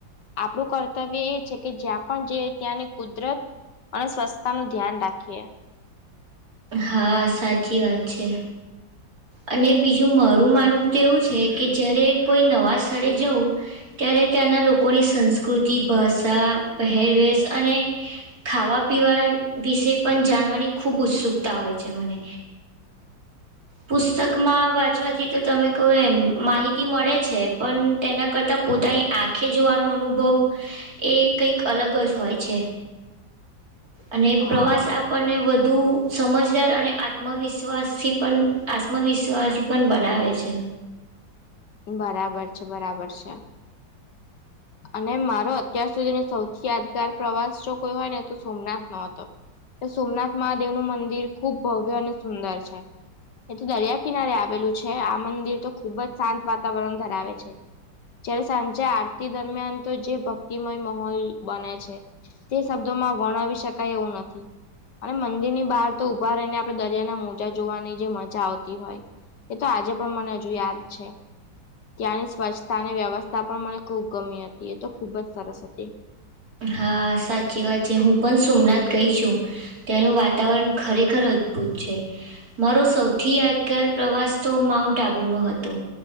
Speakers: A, on the left (about 65°); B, on the right (about 50°).
A: આપણું કર્તવ્ય એ છે કે જ્યાં પણ જે ત્યાંની કુદરત અને સ્વચ્છતાનું ધ્યાન રાખીએ.
B: હા સાચી વાત છે. અને બીજું મારું માનવું તો એવું છે કે જ્યારે કોઈ નવા સ્થળે જવું ત્યારે ત્યાંના લોકોની સંસ્કૃતિ ભાષા પહેરવેશ અને ખાવા પીવા વિશે પણ જાણવાની ખુબ ઉત્સુકતા હોય છે મને. પુસ્તકમાં વાંચવાથી તો તમે કહો એમ માહિતી મળે છે પણ તેના કરતાં પોતાની આ આખે જોવાનો અનુભવ એ કઈક અલગ જ હોય છે. અને
A: હા
B: પ્રવાસ આપણને વધુ સમજદાર અને આત્મવિશ્વાસથી પણ આત્મવિશ્વાસી પણ બનાવે છે.
A: બરાબર છે બરાબર છે. અને મારો અત્યાર સુધીનો સૌથી યાદગાર પ્રવાસ જો કોઈ હોય ને તો સોમનાથ હતો સોમનાથ મહાદેવ નું મંદિર ખુબ ભવ્ય અને સુંદર છે. એ તો દરિયા કિનારે આવેલું છે આ મંદિર તો ખુબ જ શાંત વાતાવરણ ધરાવે છે. જયારે સાંજે આરતી દરમિયાન તો જે ભક્તિમય માોલ બને છે. તે શબ્દોમાં વર્ણાવ શકાય એવું નથી. અને મંદિર ની બહાર તો ઊભા રહીને આપણે દરિયાના મોજા જોવાની જે મજા આવતી હોય. એ તો આજે પણ મને હજુ યાદ છે. ત્યાંની સ્વચ્છતા અને વ્યવસ્થા પણ મને ખૂબ ગમી હતી એ તો ખુબ જ સરસ હતી.
B: હા સાચી વાત છે હું પણ સોમનાથ ગઈ છું. ત્યાંનું વાતાવરણ ખરેખર અદ્ભુત છે. મારો સૌથી યાદગાર પ્રવાસ તો માઉન્ટ આબુનો હતો.